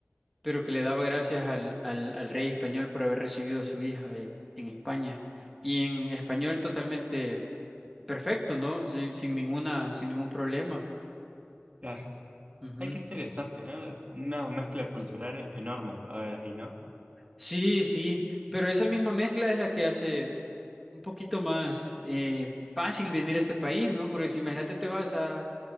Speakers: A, in the centre; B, on the right.
A: pero que le daba gracias al, al, al rey español por haber recibido a su hija eh, en España. Y en español totalmente perfecto, ¿no? Sin, sin ninguna, sin ningún problema.
B: Claro.
A: Ujú.
B: Ay, qué interesante, ¿no? Una mezcla cultural enorme va a haber ahí, ¿no?
A: Sí, sí, pero esa misma mezcla es la que hace un poquito más eh, fácil venir a este país, ¿no? Porque si imagínate te vas a